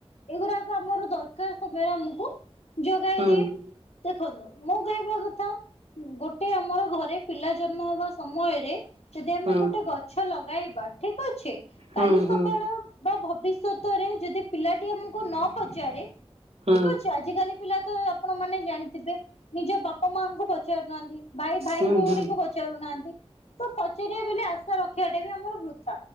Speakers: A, on the left; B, on the right.
A: ଏଗୁରାକ ଆମର ଦର - କାର୍ ସମୟରେ ଆମୁକୁ ଯୋଗାଇ
B: ହୁଁ
A: ଦିଏ ଦେଖନ୍ତୁ ମୁଁ କହିବା କଥା। ଗୋଟେ ଆମର ଘରେ ପିଲା ଜନ୍ମ ହବା ସମୟରେ। ଯଦି ଆମେ
B: ହୁଁ
A: ଗୋଟେ ଗଛ ଲଗାଇବା ଠିକ୍ ଅଛି
B: ହୁଁ
A: କାଲି
B: ହୁଁ
A: ସକାଳ। ବା ଭବିଷ୍ୟତରେ ଯଦି ପିଲାଟି ଆମୁକୁ ନ ପଚାରେ
B: ହୁଁ
A: ଠିକ ଅଛି ଆଜ କାଲି। ପିଲା ତ ଆପଣ ମାନେ ଜାଣିଥିବେ ନିଜ ବାପା ମାଙ୍କୁ ପଚାରୁନାହାନ୍ତି। ଭାଇ ଭାଇ
B: ହୁଁ
A: ଭଉଣୀକୁ
B: ହୁଁ
A: ପଚାରୁନାହାନ୍ତି ତ ପଚାରିବା ବୋଲି ଆ ରଖିବାଟା ବି ଆମର ବୃଥା